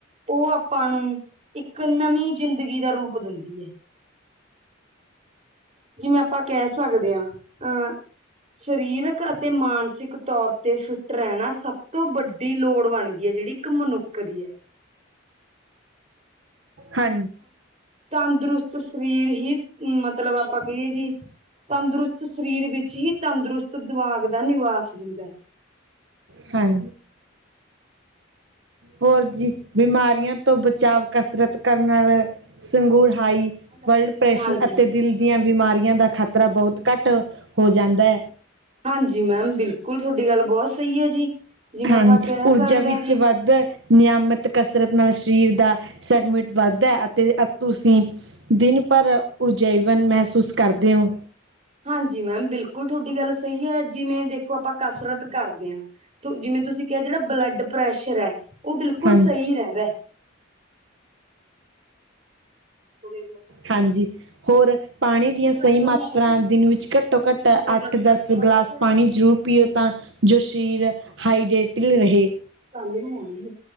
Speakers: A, on the right; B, on the right.
A: ਓ ਆਪਾਂ ਨੂੰ ਇੱਕ ਨਵੀਂ ਜ਼ਿੰਦਗੀ ਦਾ ਰੂਪ ਦਿੰਦੀ ਐ। ਜਿਵੇਂ ਆਪਾਂ ਕੈ ਸਕਦੇ ਆਂ, ਆ ਸਰੀਰਕ ਅਤੇ ਮਾਨਸਿਕ ਤੌਰ ਤੇ ਫਿੱਟ ਰੈਣਾ ਸਭ ਤੋਂ ਵੱਡੀ ਲੋੜ ਬਣ ਗੀ, ਜੇੜੀ ਇੱਕ ਮਨੁੱਖ ਦੀ ਐ।
B: ਹਾਂ
A: ਤੰਦਰੁਸਤ ਸਰੀਰ ਹੀ ਮਤਲਬ ਆਪਾ ਕਈਏ ਜੀ‌। ਤੰਦਰੁਸਤ ਸਰੀਰ ਵਿੱਚ ਹੀ ਤੰਦਰੁਸਤ ਦਿਮਾਗ ਦਾ ਨਿਵਾਸ ਹੁੰਦਾ।
B: -ਹਾਂ ਹੋਰ ਜੀ, ਬਿਮਾਰੀਆਂ ਤੋਂ ਬਚਾਵ ਕਸਰਤ ਕਰਨ ਨਾਲ, ਸੰਗੂਰ ਹਾਈ
A: ਅਹ
B: ਬਲਡ ਪ੍ਰੈਸ਼ਨ
A: ਹਾਂਜੀ
B: ਅਤੇ ਦਿਲ ਦੀਆਂ ਬਿਮਾਰੀਆਂ ਦਾ ਖ਼ਤਰਾ ਬਹੁਤ ਘੱਟ ਹੋ ਜਾਂਦਾ ਐ।
A: ਹਾਂਜੀ ਮੈਮ ਬਿਲਕੁਲ, ਤੁਆਡੀ ਗੱਲ ਬੋਤ ਸਈ ਐ ਜੀ। ਜਿਵੇਂ
B: ਹਾਂ,
A: ਆਪਾਂ ਕਹਿ ਸਕਦੇ
B: ਊਰਜਾ ਵਿੱਚ
A: ਹਾਂ ਜੀ
B: ਵੱਧ ਦੈ, ਨਯਾਮਤ ਕਸਰਤ ਨਾਲ ਸ਼ਰੀਰ ਦਾ ਸੈਗਮੈਂਟ ਵੱਧਦੈ ਅਤੇ ਅ ਤੁਸੀਂ ਦਿਨ ਭਰ ਉਰਜੈਵਨ ਮਹਿਸੂਸ ਕਰਦੇ ਓ।
A: ਹਾਂਜੀ ਮੈਮ ਬਿਲਕੁਲ, ਤੁਹਾਡੀ ਗੱਲ ਸਈ ਐ, ਜਿਵੇਂ ਦੇਖੋ ਆਪਾਂ ਕਸਰਤ ਕਰਦੇ ਆ, ਜਿਵੇਂ ਤੁਸੀਂ ਕਿਆ ਜੇੜਾ ਬਲੱਡ ਪ੍ਰੈਸ਼ਰ ਐ ਓ ਬਿਲਕੁਲ
B: ਹਾਂਜੀ
A: ਸਈ ਰੈਂਦੈ। ਕੁੜੇ ਗਿਆ
B: ਹਾਂਜੀ, ਹੋਰ ਪਾਣੀ ਦੀਆਂ
A: ਲੱਗਦਾ
B: ਸਈ ਮਾਤਰਾ
A: ਨੀ ਹੈ ਕਿ
B: ਦਿਨ ਵਿੱਚ ਘੱਟੋ- ਘੱਟ
A: ਉਰੇ
B: ਅੱਟ,
A: ਗੱਲ
B: ਦਸ
A: ਕਰਨੀ ਥੋੜਾ
B: ਗਲਾਸ
A: ਜਿਹਾ
B: ਪਾਣੀ ਜ਼ਰੂਰ ਪੀਓ ਤਾਂ ਜੋ ਸ਼ਰੀਰ ਹਾਈਡੇਟਡ ਰਹੇ।
A: ਕੱਲ ਨੂੰ ਆਉਣਗੇ।